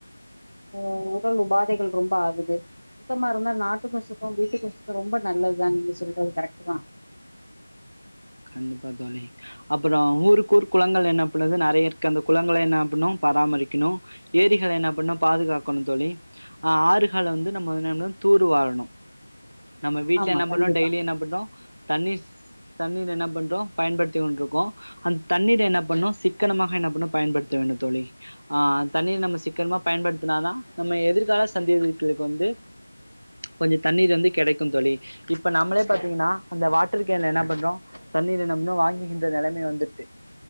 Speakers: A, on the left (about 80°); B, on the right (about 55°).
A: அ உடல் உபாதைகள் ரொம்ப ஆகுது சுத்தமாருந்தா நாட்டுக்கூ சுத்தோ வீட்டுக் சுத்தோ ரொம்ப நல்லது தா நீங்க சொல்றது கரெக்ட்டுதா
B: கண்டிப்பா தோழி அப்பறோ ஊருக்குஊர் குளங்கள் என்ன பண்ணுது நெறைய இருக்கு அந்த குளங்கள என்ன பண்ணு பராமரிக்ணு ஏரிகள என்ன பண்ணு பாதுகாக்கணு தோழி அ ஆறுகள வந்து நம்ம வந்து என்ன பண்ணு தூரு வாரணு நம்ம வீட்ல
A: ஆமா
B: என்ன
A: கண்டிப்பா
B: பண்றோ டெய்லி என்ன பண்றோ தண்ணீ தண்ணீர் ந்து என்ன பண்றோ பயன்படுத்தி கொண்ருக்கோ அந் தண்ணீர் என்ன பண்ணு சிக்கனமாக என்ன பண்ணு பயன்படுத்த வேண்டு தோழி ஆ தண்ணீர் நம்ம சிக்கனமா பயன்படுத்துனாதா நம்ம எதிர்கால சந்தேதிகளுக் வந்து கொஞ்சோ தண்ணீர் வந்து கெடைக்குந் தோழி இப்ப நாமளே பாத்தீங்கன்னா அந்த வாட்டர் கேன்ல என்ன பண்றோ தண்ணீரு என்ன பண்ணோ வாங்குகின்ற நெலமயே வந்துட்டு